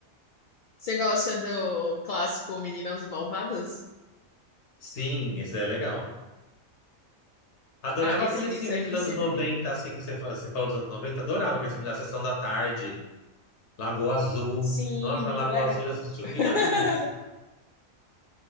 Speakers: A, on the left; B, on the left.
A: Você gosta do clássico Meninas Malvadas?
B: Sim, esse daí é legal. Adorava
A: Ah, esse,
B: aqueles
A: esse
B: filmes
A: aí
B: dos anos
A: sempre
B: 90,
A: que.
B: assim, que você, fa- você falou dos anos 90. Adorava aqueles filmes da Sessão da Tarde, Lagoa Azul.
A: Sim,
B: Nossa,
A: muito
B: Lagoa
A: legal.
B: Azul eu já assisti
A: <laughs>
B: um milhão de vezes.